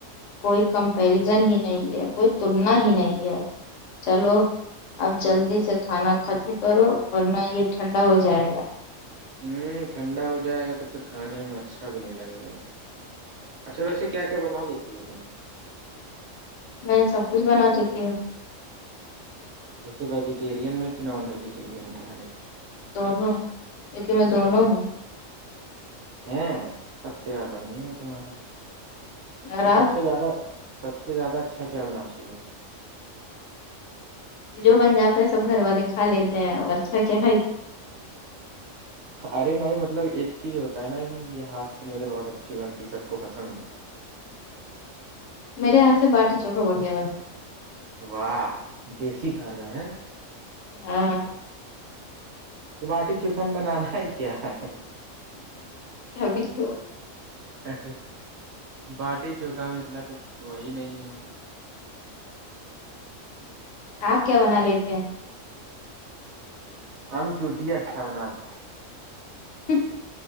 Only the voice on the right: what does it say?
ہوں ٹھنڈا ہو جائے گا تو پھر کھانے میں اچھا بھی نہیں لگے گا اچھا ویسے کیا کیا بنا لیتی ہے تم
جیسے ویجیٹیرین میں کہ نان ویجیٹیرین بنا لیں
ہے سب تییار بڑھیا ہے تمہارا
تو سب
سے زیادہ سب سے زیادہ اچھا کیا بناتی ہو
ارے نہیں مطلب ایک چیز ہوتا ہے نا کہ یہ ہاتھ سے میرے بہت اچھی بنتی سب کو پسند ہے
واہ دیسی کھانا ہے
تو باٹیک چوکھم بنانا ہی کیا ہے
ے باٹی چوکا میں اتنا کچھ وہی نہیں ہے
ہمم چو مناات